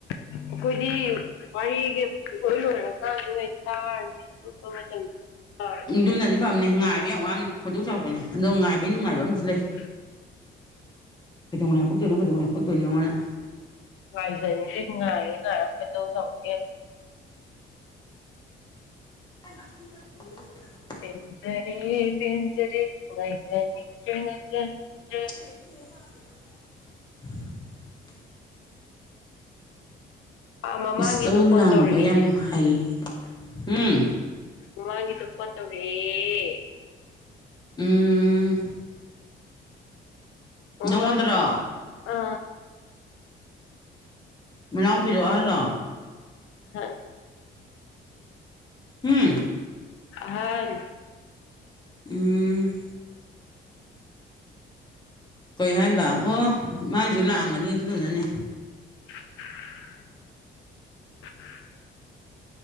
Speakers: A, on the left; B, on the left.
A: ꯑꯩꯈꯣꯏꯗꯤ ꯋꯥꯔꯤꯖꯤ ꯄꯨꯡꯂꯣꯏ ꯂꯣꯏꯔꯀꯥꯟꯗ ꯑꯣꯏꯅꯥ ꯇꯥꯔꯅꯤ <unintelligible>
B: ꯑꯗꯨꯅꯗꯤ ꯐꯝꯅꯦ ꯉꯥꯏꯕ ꯌꯥꯝ ꯋꯥꯃꯦ ꯈꯣꯏꯗꯧ ꯁꯥꯎꯒꯠꯄꯅꯦ ꯑꯗꯣ ꯉꯥꯏꯕꯩ ꯅꯨꯡꯉꯥꯏꯕ ꯑꯝꯖꯨ ꯂꯩ
A: <inaudible>
B: ꯀꯗꯧꯉꯩ ꯍꯥꯄꯛꯇꯣꯏꯅꯣ ꯀꯩꯗꯧꯉꯩ ꯍꯥꯞꯄꯛꯇꯣꯏꯅꯣꯅ
A: ꯉꯥꯏꯖꯅꯤꯡꯗꯦ ꯉꯥꯏꯔ ꯉꯥꯏꯔ ꯈꯣꯌꯗꯧ ꯁꯧꯒꯠꯄ ꯍꯦꯜꯂꯤ꯫
B: <unintelligible>
A: ꯄꯦꯟꯖꯔꯦ ꯄꯦꯟꯖꯥꯔꯦ ꯉꯥꯏꯖꯅꯤꯡꯗ꯭ꯔꯦ ꯉꯖꯅꯤꯡꯗꯔꯦ
B: <unintelligible>
A: ꯑꯥ ꯃꯃꯥꯡꯒꯤꯗꯣ
B: ꯏꯁꯧ
A: ꯐꯣꯟ
B: ꯂꯥꯡꯕ
A: ꯇꯧꯔꯛꯏꯅꯦ
B: ꯌꯥꯝ ꯍꯩ ꯎꯝ
A: ꯃꯃꯥꯡꯒꯤꯗꯣ ꯐꯣꯟ ꯇꯧꯔꯥꯛꯑꯦ
B: ꯎꯝ
A: ꯃꯃꯥꯡꯒꯤ
B: ꯅꯪꯉꯣꯟꯗꯔꯣ
A: ꯑ
B: ꯃꯅꯥꯎꯄꯤꯔꯣ ꯑꯍꯜꯂꯣ
A: ꯍꯟ
B: ꯍꯝ
A: ꯑꯍꯟ
B: ꯎꯝ ꯀꯩ ꯍꯥꯏꯕ ꯑꯣ ꯃꯥꯏꯖꯨ ꯂꯥꯛꯑꯝꯒꯅꯤ ꯑꯗꯨꯗꯨꯅꯅꯦ
A: <unintelligible>